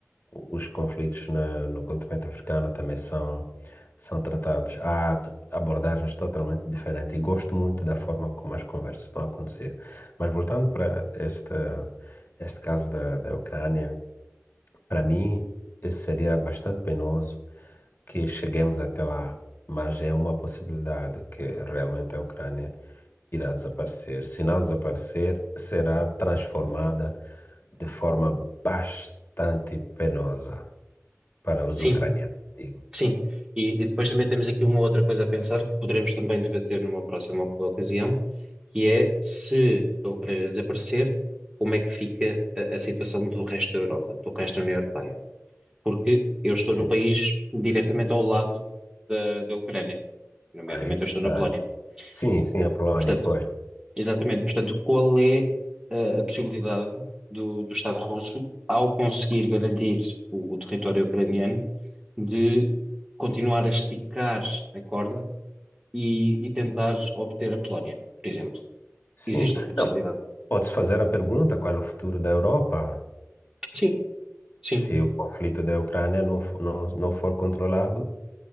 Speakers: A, on the left; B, on the right.
A: os conflitos na- no continente africano também são, são tratados. Há t- abordagens totalmente diferentes e gosto muito da forma como as conversas estão a acontecer. Mas voltando para este, este caso da, da Ucrânia, para mim, isso seria bastante penoso que cheguemos até lá, mas é uma possibilidade que realmente a Ucrânia irá desaparecer. Se não desaparecer, será transformada de forma bastante penosa para
B: Sim,
A: os ucranianos, digo.
B: sim. E, e depois também temos aqui uma outra coisa a pensar que poderemos também debater numa próxima oc- ocasião, que é se a Ucrânia desaparecer, como é que fica a, a situação do resto da Europa, do resto da União Europeia? porque eu estou
A: Sim,
B: no país diretamente ao lado da, da Ucrânia, nomeadamente
A: aí é que
B: eu estou
A: está.
B: na Polónia.
A: Sim, sim,
B: Eh,
A: a Polónia,
B: Portanto,
A: pois.
B: exatamente, portanto, qual é eh, a possibilidade do, do Estado russo, ao conseguir garantir o, o território ucraniano, de continuar a esticar a corda e, e tentar obter a Polónia, por exemplo?
A: Sim,
B: Existe essa possibilidade?
A: não, Podes fazer a pergunta qual é o futuro da Europa?
B: Sim, sim,
A: Se o conflito da Ucrânia não, fo- não, não for controlado,